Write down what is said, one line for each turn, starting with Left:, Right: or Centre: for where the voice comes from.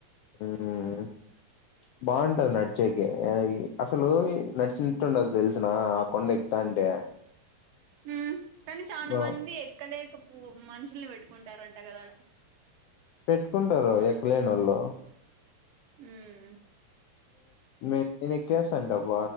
Left: హమ్ బాగుంటాది నడిచేకి అసలు నడిచిన ఎట్లా ఉంటాదో తెలుసునా ఆ కొండ ఎక్కుతాంటే
Right: ఆమ్ కానీ చాలా
Left: ఆ
Right: మంది ఎక్కలేక పో మనుషుల్ని పెట్టుకుంటారంట కదా
Left: పెట్టుకుంటారు ఎక్కలేనోళ్లు
Right: ఉమ్
Left: మే నేను ఎక్కేస్తాంటబ్బ